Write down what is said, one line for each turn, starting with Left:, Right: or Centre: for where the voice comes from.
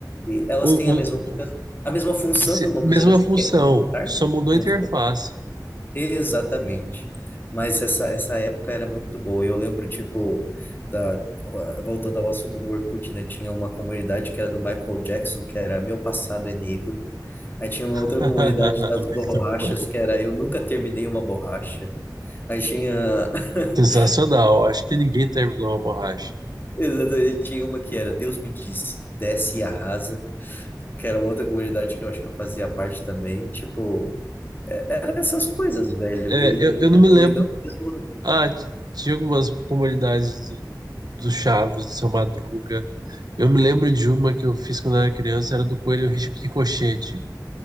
Left: E elas
Right: O, o-
Left: têm a mesma, a mesma função,
Right: se-
Left: vamos
Right: mesma
Left: dizer assim,
Right: função,
Left: que é conectar.
Right: só mudou
Left: no-
Right: a interface.
Left: Exatamente. Mas essa, essa época era muito boa. Eu lembro, tipo, da, voltando ao assunto do Orkut, né? Tinha uma comunidade que era do Michael Jackson, que era Meu Passado é Negro. Aí tinha uma
Right: <laughs>
Left: outra comunidade das
Right: Muito
Left: borrachas,
Right: bom.
Left: que era Eu Nunca Terminei Uma Borracha. Aí tinha <laughs>
Right: Sensacional. Acho que ninguém terminou a borracha.
Left: Exatamente, tinha uma que era Deus me disse, desce e arrasa, que era uma outra comunidade que eu acho que eu fazia parte também. Tipo, Era essas coisas, velho.
Right: É,
Left: E
Right: eu, eu não me lembro
Left: o legal mesmo.
Right: Ah, t- tinha algumas comunidades do, do Chaves, do Seu Madruga. Eu me lembro de uma que eu fiz quando eu era criança, era do Coelho Ri- Ricochete,